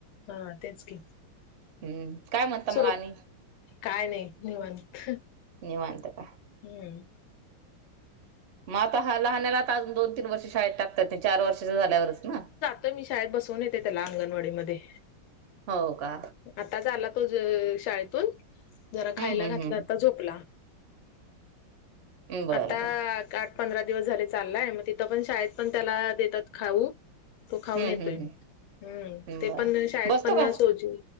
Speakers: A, on the left (about 85°); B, on the right (about 55°).
A: हा तेच की.
B: हम्म काय म्हणता मग
A: सुरू
B: आणि
A: काय नाही निवांत.
B: निवांत का
A: हम्म.
B: मग आता हा लहानला दोन, तीन वर्ष शाळेत टाकतात चार वर्षाच्या झाल्यावरच ना?
A: तर मी शाळेत बसवून येते त्याला अंगणवाडी मध्ये.
B: हो का?
A: आताच आला तो ज शाळेतून जरा
B: हम्म
A: खायला
B: हम्म
A: घातला
B: हम्म
A: आता झोपला.
B: बरोबर
A: आता पंधरा दिवस झाले चाललंय, मग तिथं पण शाळेत पण त्याला देतात खाऊ तो खाऊन
B: हम्म
A: येतोय.
B: हम्म
A: हम्म ते
B: बर
A: पण शाळेत
B: बसतो
A: पण
B: का
A: सोजी